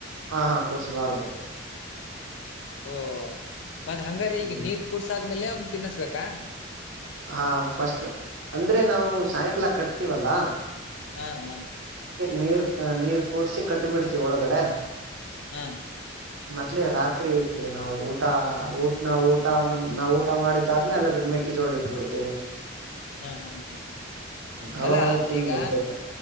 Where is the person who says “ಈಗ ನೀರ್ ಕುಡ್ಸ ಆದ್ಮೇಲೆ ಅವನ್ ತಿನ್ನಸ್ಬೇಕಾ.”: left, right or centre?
Left